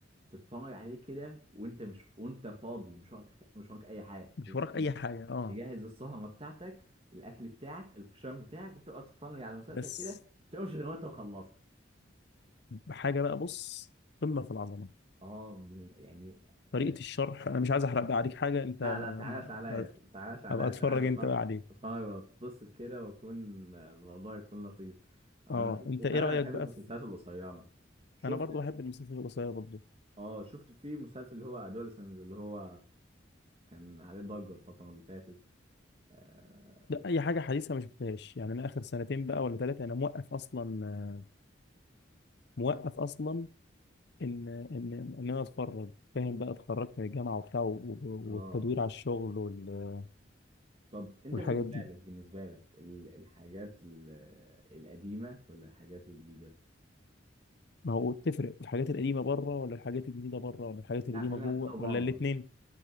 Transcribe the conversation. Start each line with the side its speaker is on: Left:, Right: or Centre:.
Right: تتفرج عليه كده وانت مش وانت فاضي مش وراك مش وراك اي حاجه
Left: مش
Right: ت-
Left: وراك اي حاجة اه
Right: تجهز السهره بتاعتك الاكل بتاعك الفشار بتاعك وتقعد تتفرج على مسلسل
Left: بس
Right: كده ما تقومش غير وانت مخلصه
Left: بحاجة بقى بص قمة في العظمة
Right: اه من- يعني
Left: طريقة
Right: آه،
Left: الشرح انا مش عايز احرق بقى عليك حاجة انت
Right: لا لا تعاش
Left: ما-
Right: عليا ما تعاش عليا
Left: ابقى
Right: عشان
Left: اتفرج
Right: عايز أتخ-
Left: انت بقى عليه
Right: اتفرج واتبسط كده واكون الموضوع يكون لطيف انا
Left: اه
Right: بشوف
Left: انت
Right: وكمان
Left: ايه رأيك
Right: انا بحب
Left: بقى
Right: المسلسلات
Left: في
Right: القصيره شفت
Left: انا برضو بحب المسلسلات القصيرة برضو
Right: اه شفت في مسلسل اللي هو ادولسنز اللي هو كان عليه ضجه الفتره اللي فاتت اه
Left: ده اي حاجه حديثه ما شفتهاش يعني انا اخر سنتين بقى ولا ثلاثه انا موقف اصلا موقف اصلا ان ان ان انا اتفرج فاهم بقى اتخرجت من الجامعه وبتاع و- و-
Right: آه.
Left: والتدوير على الشغل وال-
Right: طب انت
Left: والحاجات
Right: بالنسبه
Left: دي
Right: لك بالنسبه لك ال- الحاجات ال- القديمه ولا الحاجات الجديده
Left: ما هو تفرق الحاجات القديمه بره ولا الحاجات الجديده بره ولا الحاجات
Right: لا
Left: القديمه
Right: خلينا
Left: جوه
Right: خلينا اوباما
Left: ولا الاثنين
Right: مثلا